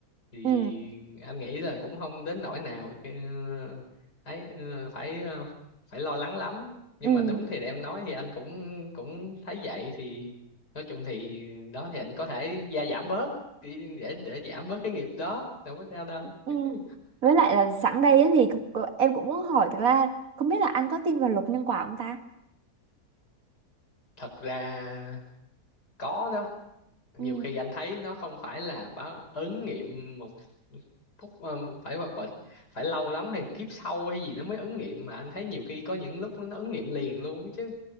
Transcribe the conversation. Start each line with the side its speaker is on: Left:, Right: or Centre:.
Left: thì
Right: ừ
Left: anh nghĩ là cũng không đến nỗi nào cái ờ, ấy ờ, phải ờ, phải lo lắng lắm nhưng
Right: ừ
Left: mà đúng thì em nói thì anh cũng cũng thấy vậy thì nói chung thì đó thì anh có thể gia giảm bớt đi để để giảm bớt cái nghiệp đó đâu có sao đâu
Right: ừ.
Left: <laughs>
Right: với lại là sẵn đây á thì cũng- cũng- em cũng muốn hỏi thực ra không biết là anh có tin vào luật nhân quả không ta
Left: thật ra có đó nhiều
Right: ừ
Left: khi anh thấy nó không phải là báo ứng nghiệm một phút ờ, phải vật vật phải lâu lắm hay kiếp sau hay gì nó mới ứng nghiệm mà anh thấy nhiều khi có những lúc nó ứng nghiệm liền luôn chứ